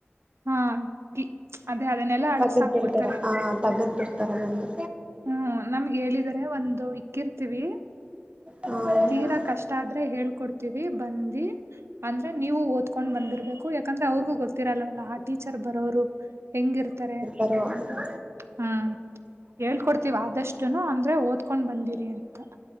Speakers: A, on the right (about 85°); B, on the right (about 25°).
A: ಹಾ ಕಿ- ಅದೇ ಅದನ್ನೆಲ್ಲಾ ಅಳಿಸಾಕ್ಬಿಡ್ತಾರೆ
B: ತಗದ್ ಬಿಡ್ತಾರ ಹ ತಗದ್ ಬಿಡ್ತಾರ ಬಂದು.
A: ಹ್ಮ್ ನಮ್ಗೆ ಹೇಳಿದರೆ ಒಂದು ಇಕ್ಕಿರ್ತೀವಿ.
B: ಹಾ
A: ತೀರಾ ಕಷ್ಟ ಆದ್ರೆ ಹೇಳ್ಕೊಡ್ತೀವಿ ಬಂದಿ. ಅಂದ್ರೆ ನೀವು ಓದ್ಕೊಂಡ್ ಬಂದಿರ್ಬೇಕು ಯಾಕಂದ್ರೆ ಅವ್ರಿಗೂ ಗೊತ್ತಿರಲ್ಲವಲ್ಲ ಆ ಟೀಚರ್ ಬರೋರು ಹೆಂಗಿರ್ತಾರೆ.
B: ಹ.
A: ಹ್ಮ್ ಹೇಳ್ಕೊಡ್ತಿೀವ ಆದಷ್ಟುನು ಅ. ಆದ್ರೆ ಓದ್ಕೊಂಡ್ ಬಂದಿರಿ ಅಂತ.